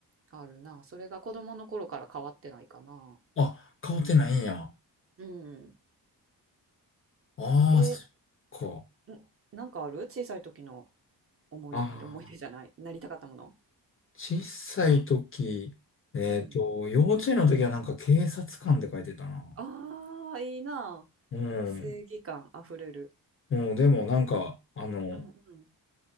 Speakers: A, on the right; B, on the left.
A: うあるな。それが子供の頃から変わってないかな。
B: あ、変わってないんや。
A: うん。
B: ああ、
A: えー、
B: そっか。
A: んなんかある小さい時の思い、
B: あ
A: 思い出じゃない。
B: あ、
A: なりたかったもの
B: 小さい時、えっと、
A: うん。
B: 幼稚園の時はなんか警察官って書いてたな。
A: ああ、いいな。
B: うん。
A: 正義感あふれる。
B: うん、でもなんか、あの、
A: うんうん。